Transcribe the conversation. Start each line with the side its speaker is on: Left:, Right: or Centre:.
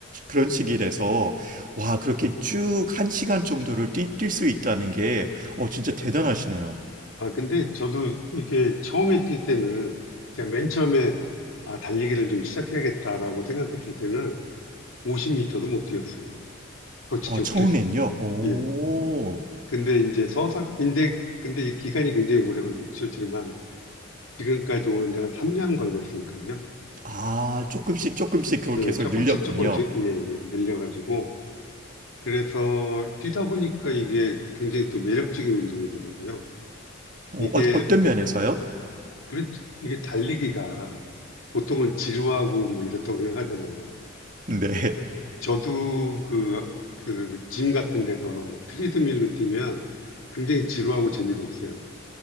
Right: 그런 시기라서 와 그렇게 쭉 한 시간 정도를 뛸 수 있다는 게 어, 진짜 대단하시네요.
Left: 아, 근데 저도 이게 처음에 뛸 때는 제가 맨 처음에 아, 달리기를 좀 시작해야겠다라고 생각했을 때는 5 0터도 못 뛰었어요. 솔직히
Right: 어, 처음엔요.
Left: 그래서.
Right: 오,
Left: 예. 근데 이제 서서, 근데, 근데 이 기간이 굉장히 오래 걸렸죠. 지금 한, 지금까지 오는데 한 3년 걸렸으니까요.
Right: 아 조금씩 조금씩 그걸
Left: 어,
Right: 계속
Left: 조금씩
Right: 늘렸군요.
Left: 조금씩, 예, 예, 늘려가지고. 그래서 뛰다 보니까 이게 굉장히 또 매력적인 운동이더라고요.
Right: 어,
Left: 이게,
Right: 어, 어떤 면에서요?
Left: 그, 이게 달리기가 보통은 지루하고 뭐 이렇다고 생각하잖아요.
Right: 네,
Left: 저도 그, 그, 그 짐 같은 데서 트리드밀로 뛰면 굉장히 지루하고 재미가 없어요.